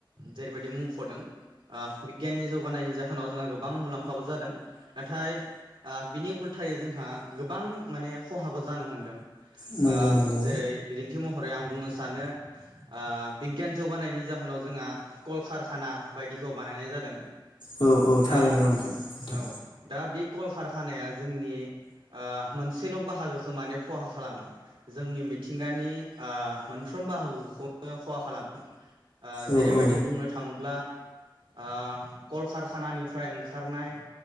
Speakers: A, on the right; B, on the left.
A: जेरैबायदि मुंख'दों ओ बिगियाननि जौगानायनि जाहोनाव जोंहा गोबां मुलाम्फाबो जादों नाथाय ओ बिनि उल्थायै जोंहा गोबां माने खहाबो जानो हमदों। ओ
B: नंगौ नंगौ।
A: जेरै बिदिन्थि महरै आं बुंनो सानो ओ बिगियान जौगानायनि जाहोनाव जोंहा कल कारखाना बायदिखौ बानायनाय जादों।
B: औ औ थारैनो
A: दा
B: नंखाय नोंथां।
A: औ दा बे कल कारखानाया जोंनि ओ मोनसेल बाहागोखो माने खहा खालामा जोंनि मिथिं थिंगानि ओ मोनफ्रोम बाहागोखौनो खहा खालामो। ओ जेरैबायदि
B: औ औ
A: बुंनो थाङोब्ला ओ कलकारखानानिफ्राय ओंखारनाय